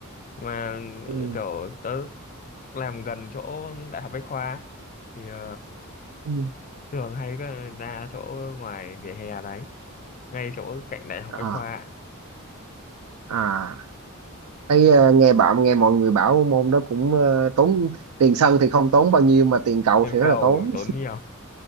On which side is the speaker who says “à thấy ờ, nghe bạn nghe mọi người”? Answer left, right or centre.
Right